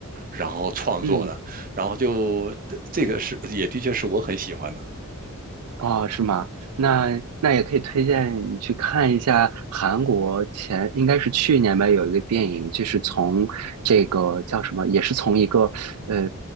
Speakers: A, on the right; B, on the right.
A: 然后创作的，
B: <laughs> 嗯。
A: 然后就呃这个是也的确是我很喜欢的。
B: 哦，是吗？那那也可以推荐你去看一下韩国前应该是去年吧，有一个电影，就是从这个叫什么，也是从一个呃